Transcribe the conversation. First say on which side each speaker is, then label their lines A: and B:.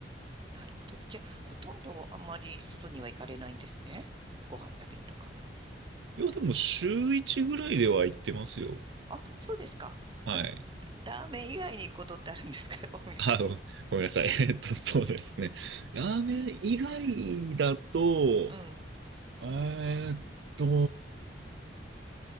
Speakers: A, on the right (about 25°); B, on the right (about 80°).
A: なるほど。じゃあ、ほとんどあんまり外には行かれないんですね。ご飯食べにとか。
B: いや、でも週1ぐらいでは行ってますよ。
A: あ、そうですか。
B: はい。
A: あの、ラーメン以外に行くことってあるんですか <laughs> お店に。
B: あ、ごごめんなさい。<laughs> えっと、そうですね。ラーメン以外だと、
A: うん。
B: えーっと、